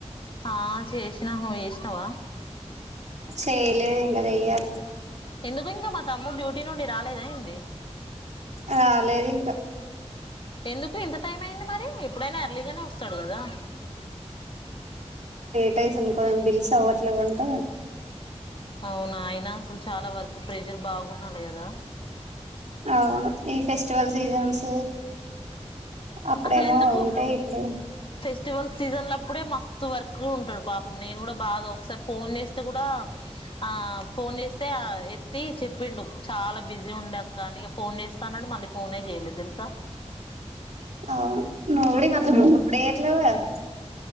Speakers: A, on the left (about 45°); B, on the right (about 85°).
A: ఆ చేసినా నువు చేసినవా
B: చేయలేదింకా చెయ్యాలి.
A: ఎందుకు ఇంకా మా తమ్ము డ్యూటీ నుండి రాలేదాఎంద్
B: రాలేదింకా
A: ఎందుకు ఇంత టైం అయింది మరి రి ఎప్పుడైనా అర్లీగానే వస్తాడు కదా
B: <unintelligible> ఎందుకో బిల్స్ అవ్వట్లేదంట
A: అవునా ఆయన అసలు చాలా వర్క్ ప్రెజర్ బాగుండాలి కదా
B: అవును. ఈ ఫెస్టివల్ సీజన్స్ అప్పుడేమో
A: అసలు ఎందుకు
B: ఉంటాయి. ఇప్పుడేమో
A: ఫెస్టివల్ సీజన్లప్పుడే మస్తు వర్ కులో ఉంటాడు పాపం నేను కూడా బాగా ఒకసారి ఫోన్ చేస్తే కూడా ఆ ఫోన్ చేస్తే ఆ ఎత్తి చెప్పిండు చాలా బిజీ ఉండే అక్క అని ఫోన్ చేస్తా అన్నాడు మళ్ళీ ఫోనే చేయలేదు తెలుసా
B: అవును నువు కూడ ఈ మధ్య <unintelligible>